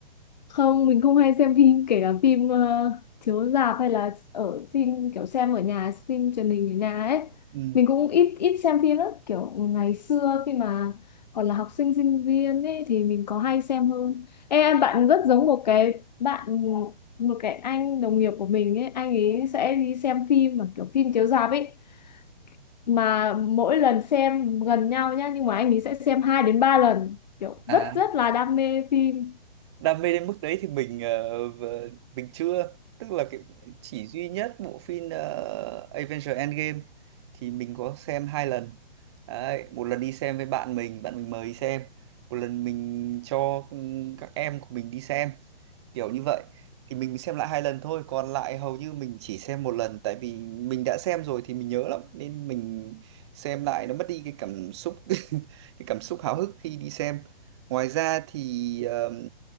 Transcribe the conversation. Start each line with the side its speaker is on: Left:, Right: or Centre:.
Left: Không, mình không hay xem phim kể cả phim ờ, chiếu rạp hay là ở phim kiểu xem ở nhà, phim truyền hình ở nhà ấy.
Right: ừ.
Left: Mình cũng ít ít xem phim lắm, kiểu ngày xưa khi mà còn là học sinh sinh viên ấy thì mình có hay xem hơn. Ê, Em bạn rất giống một cái bạn một cái anh đồng nghiệp của mình ấy, anh ấy sẽ đi xem phim mà kiểu phim chiếu rạp ấy. Mà mỗi lần xem gần nhau nhá, nhưng mà anh ấy sẽ xem 2 đến 3 lần, kiểu rất
Right: à
Left: rất là đam mê phim.
Right: đam mê đến mức đấy thì mình ờ, v- mình chưa tức là cái chỉ duy nhất bộ phim ờ, Avengers Endgame thì mình có xem hai lần đấy, một lần đi xem với bạn mình bạn mình mời đi xem một lần mình cho ừ, các em của mình đi xem kiểu như vậy thì mình xem lại hai lần thôi còn lại hầu như mình chỉ xem một lần tại vì mình đã xem rồi thì mình nhớ lắm nên mình xem lại nó mất đi cái cảm xúc <laughs> cái cảm xúc háo hức khi đi xem ngoài ra thì ờm,